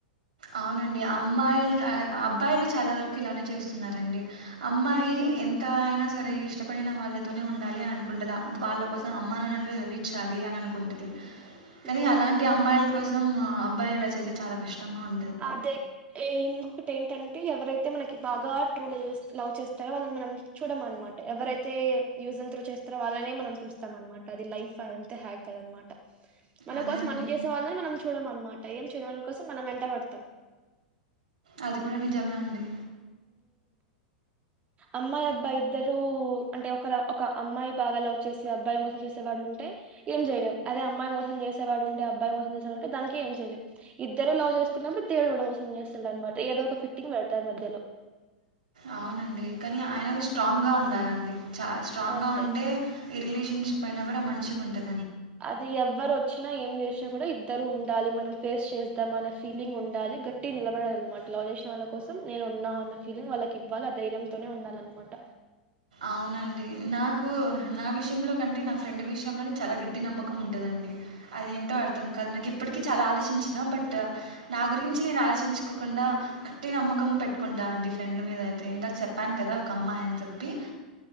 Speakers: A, on the right; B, on the right.
A: అవునండి అమ్మాయిలుగా అబ్బాయిలు చాలా వరకు ఇలానే చేస్తున్నారండి అమ్మాయి
B: మ్మ్
A: ఎంత అయినా సరే ఇష్టపడిన వాళ్ళతోనే ఉండాలి అని అనుకుంటుందిా వాళ్ళ కోసం అమ్మనుని అనుదిరిచ్చాలి అని అనుకుంటుంది కానీ
B: మ్మ్
A: అలాంటి అమ్మాయిల కోసం అబ్బాయిలు ఇలా చేస్తే చాలా కష్టంగా ఉంటంది
B: అదే ఇంకొకటి ఏంటంటే ఎవరై అతే మనకి బాగా ట్రోల్ లవ్ చేస్తారో వాని మనం చూడ అనమాట ఎవరైతే యూజస్త చిత్ర వాళ్నే మనం చూస్తాం అనమాట అది లైఫ్ అంతే హ్యాక్ కదనమాట మన
A: అదే
B: కోసం
A: అండి.
B: మనం చేసే వాళ్ళని మనం చూడడం అమాట ఏం చేయిన వాళ్ళ కోసం మనం వెంట పడుతుంది మొత్తం
A: అది కూడా నిజమే అండి
B: అమ్మాయి అబ్బాయి ఇద్దరు అంటే ఒక ఒక అమ్మాయి బాగా వ్ చేసి అబ్బాయి మసం చేసేవాడు ఉంటే ఏం చేయలేదు అదే అమ్మాయి మోసం చేసేవాడు ఉంటే అబ్బాయి మోసం చేసేవాడు ఉంటే దానికి ఏంయలే ఇద్దరు లో చేసుకున్న కా దేడు కూడాడం కోసం చేస్తుండ అమాట ఏదో ఒక ఫిట్టింగ్ పెడతారు మధ్యలో
A: అవునండి కానీ ఆయనకు
B: మధ్యలో
A: స్ట్రాంగ్ గా ఉండాలండి చ స్ట్రాంగ్
B: అదే
A: గా ఉంటే ఈ రిలేషన్షిప్ అయినా కూడా మంచిగా ఉంటుది
B: అది ఎవ్వరు వచ్చ వచ్చినా ఏం చేసినా కూడా ఇద్దరు ఉండాలి మనం ఫేస్ చేస్తద్దాం అన ఫీలింగ్ ఉండాలి గట్టి నిలబడాలన్నమాట లావ్ చేసిన వాళ్ళ కోసం నేను ఉన్నా అన్న ఫీలింగ్ వాళ్ళకి ఇవ్వాలి ఆ ధైర్యంతోనే ఉండాలన్నమాట
A: అవునండి నాకు నా విషయంలో కంటే నా ఫ్రెండ్ విషయంలోనే చాలా గట్టి నమ్మకం ఉంటుందండి అదేంటో అర్థాం కదు నాకు ఇప్పటికీ చాలా ఆలోచించిన బట్ నా గురించి నేను ఆలోచించుకోకుండా గట్టి నమ్మకం పెట్టుకుంటా అంటి ఫ్రెండ్ మీద అయితే ఇందక చెప్పాను కదా ఒక అమ్మాయియని చెప్ప చెప్పి